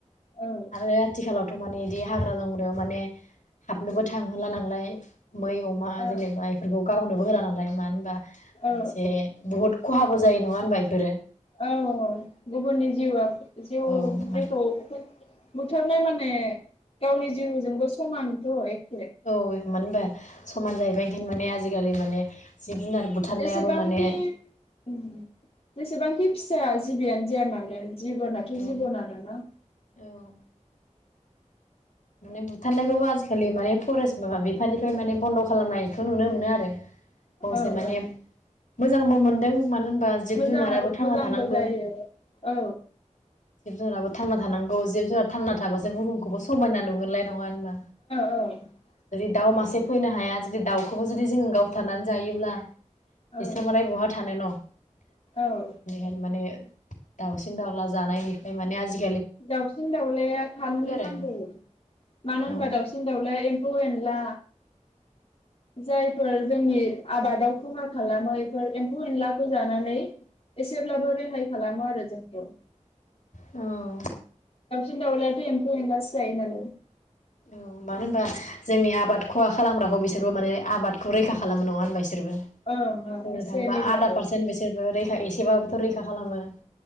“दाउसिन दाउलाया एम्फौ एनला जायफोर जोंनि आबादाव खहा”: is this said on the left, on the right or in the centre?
Left